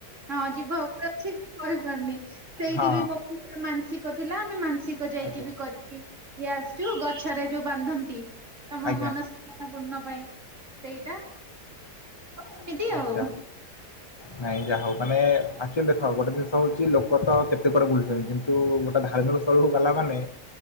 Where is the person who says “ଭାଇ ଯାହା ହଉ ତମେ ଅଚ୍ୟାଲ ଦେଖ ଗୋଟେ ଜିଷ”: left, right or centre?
Left